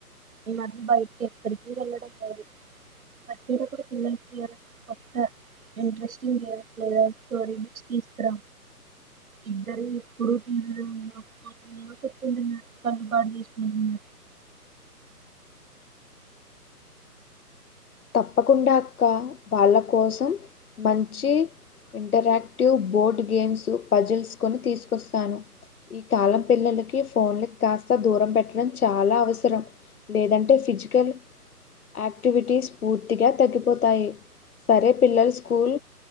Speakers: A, on the right (about 60°); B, on the left (about 65°).
A: ఈ మద్య బయటికి ఎక్కడికి వెళ్లడం లేదు బస్తిలో కూడా పిల్లలకి ఎవరికీ అంత ఇంట్రెస్టింగ్ ఎవరికీ లేద్ స్టోరీ నుంచి తీస్తరా ఇద్దరు ఎప్పుడు టివి లో ఉన్న కొట్టుకుంటున్నారు తల పాడుచేసుకుంటున్నారు
B: తప్పకుండా అక్క వాళ్ళ కోసం మంచి ఇంటరాక్టివ్ బోర్డ్ గేమ్స్ పజిల్స్ కొని తీసుకొస్తాను ఈ కాలం పిల్లలకి ఫోన్లక్ కాస్త దూరం పెట్టడం చాలా అవసరం లేదంటే ఫిజికల్ ఆక్టివిటీస్ పూర్తిగా తగ్గిపోతాయి సరే పిల్లలు స్కూల్